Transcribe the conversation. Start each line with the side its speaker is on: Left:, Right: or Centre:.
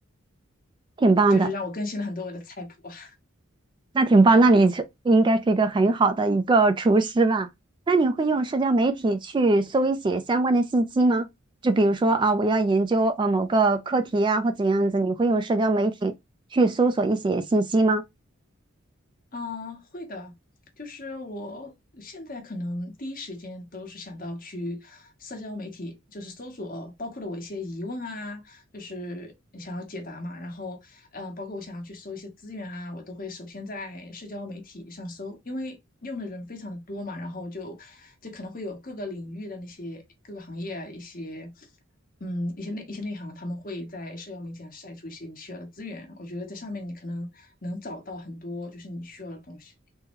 Right: 挺棒的。
Left: 就是让我更新了很多我的菜谱啊。
Right: 那挺棒，那你是应该是一个很好的一个厨师吧？那你会用社交媒体去搜一些相关的信息吗？就比如说啊，我要研究呃某个课题呀、或怎样子，你会用社交媒体去搜索一些信息吗？
Left: 嗯，会的，就是我现在可能第一时间都是想到去社交媒体，就是搜索，包括了我一些疑问啊，就是想要解答嘛，然后呃，包括我想要去搜一些资源啊，我都会首先在社交媒体上搜，因为用的人非常的多嘛，然后就就可能会有各个领域的那些各个行业啊一些嗯，一些内一些内行，他们会在社交媒体上晒出一些你需要的资源。我觉得在上面你可能能找到很多就是你需要的东西，